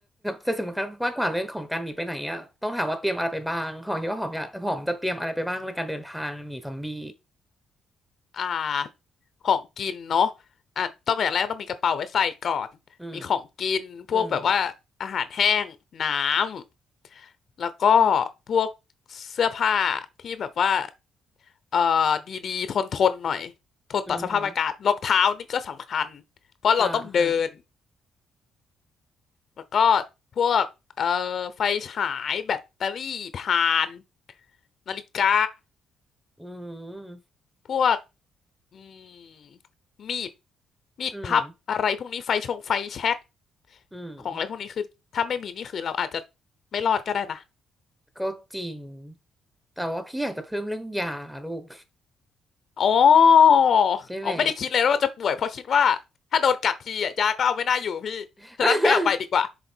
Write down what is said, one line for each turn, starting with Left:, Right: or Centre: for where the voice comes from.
Centre: จะสำคัญมากกว่าเรื่องของการหนีไปไหนอะต้องถามว่าเตรียมอะไรไปบ้างของคิดว่าหอมอยากหอมจะเตรียมอะไรไปบ้างในการเดินทางหนีซอมบี้
Left: <laughs> อ่าของกินเนาะอ่ะต้องอย่างแรกต้องมีกระเป๋าไว้ใส่ก่อน
Centre: อืม
Left: มีของกินพวกแบบว่าอาหารแห้งน้
Centre: อืม
Left: ำ แล้วก็พวกเสื้อผ้าที่แบบว่าเอ่อดีๆทนทนหน่อย ทนต่อสภาพอากาศรองเท้านี่ก็สำคัญ
Centre: อืมฮึ
Left: เพราะเราต้องเดิน
Centre: อ่าฮะ
Left: แล้วก็พวกเอ่อไฟฉายแบตเตอรี่ถ่านนาฬิกา
Centre: อืม
Left: พวก อืมมีดมีดพับอะไรพวกนี้ไฟชงไฟแช็ก
Centre: อืมอืม
Left: ของอะไรพวกนี้คือถ้าไม่มีนี่คือเราอาจจะไม่รอดก็ได้นะ
Centre: ก็จริง แต่ว่าพี่อยากจะเพิ่มเรื่องยาลูก
Left: อ๋ออ
Centre: ใช่ไหม
Left: ๋อไม่ได้คิดเลยว่าจะป่วยเพราะคิดว่าถ้าโดนกัดทีอะยาก็เอาไม่ได้อยู่พี่ฉะนั้นไม่เอาไปดีกว่า
Centre: <laughs>